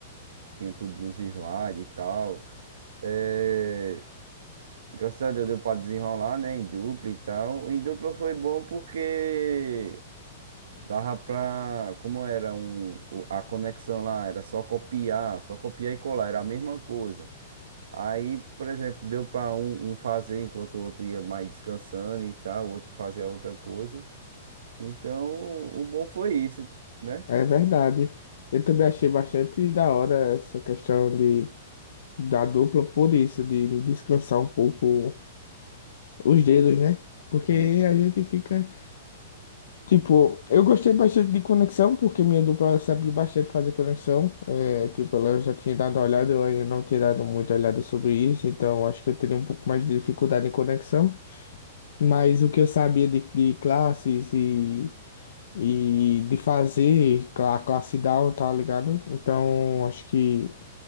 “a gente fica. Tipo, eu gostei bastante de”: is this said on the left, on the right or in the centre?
Left